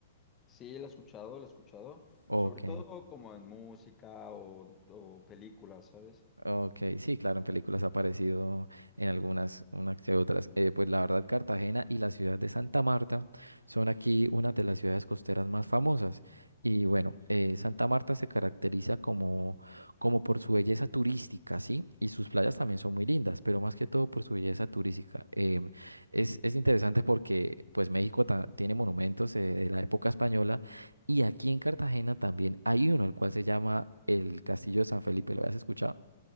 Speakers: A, on the left (about 25°); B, on the right (about 80°).
A: Sí, lo he escuchado, lo he escuchado.
B: Ok.
A: Sobre todo como en música o, o películas, ¿sabes?
B: Ok, sí, claro, en películas ha aparecido en algunas, unas que otras. Eh, pues la verdad, Cartagena y la ciudad de Santa Marta son aquí una de las ciudades costeras más famosas. Y bueno, eh, Santa Marta se caracteriza como, como por su belleza turística, ¿sí? Y sus playas también son muy lindas, pero más que todo por su belleza turística. Em, es, es interesante porque pues México ta- tiene monumentos eh, de la época española y aquí en Cartagena también hay uno, el cual se llama el Castillo de San Felipe. ¿Lo habías escuchado?